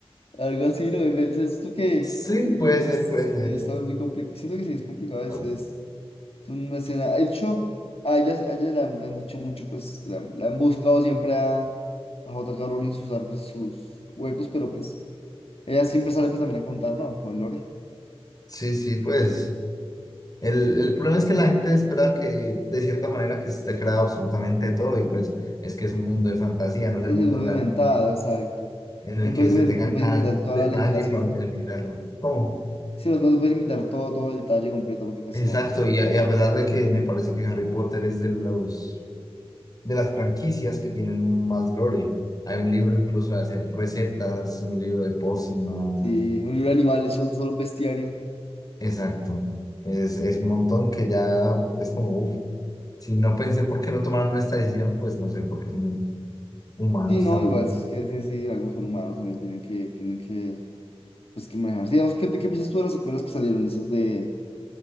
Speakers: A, on the left; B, on the left.
A: Algo así, ¿no? En vez- Es esto que,
B: Sí, puede
A: que
B: ser,
A: es,
B: puede ser.
A: que está muy complicado. Siento que sí es complicado, es,
B: No,
A: es Es una escena. De hecho, a ella, a ella le han, le han dicho mucho, pues la, la han buscado siempre a, a J.K. Rowling sus arcos, sus huecos, pero pues ella siempre sale pues también a contar, ¿no? Como el lore.
B: Sí, sí, pues. El, el problema es que la gente espera que, de cierta manera, que esté creado absolutamente todo, y pues es que es un mundo de fantasía, no es
A: Ella
B: el mundo
A: es muy
B: real.
A: inventado, exacto.
B: en el
A: No
B: que
A: puedes
B: se
A: inven-
B: tenga
A: no puedes
B: cada
A: inventar toda
B: detalle
A: la legislación.
B: para planificarlo. ¿Cómo?
A: Sí, no, no puedes inventar todo, todo el detalle completo, porque pues
B: Exacto,
A: no. joder.
B: y a, y a pesar de que me parece que Harry Potter es de los de las franquicias que tienen más lore. Hay un libro incluso de hacer recetas, un libro de pócimas.
A: Sí, un libro de animales, solo, solo un bestiario.
B: Exacto. Es, es un montón que ya es como, uff, si no pensé por qué no tomaron esta decisión, pues no sé, porque son humanos
A: Sí, no,
B: también.
A: igual, si es que, es que sí, algo son humanos, también tienen que, tienen que, pues, que manejarse. Digamos, ¿qué, qué piensas tú de las secuelas que salieron? Esas de,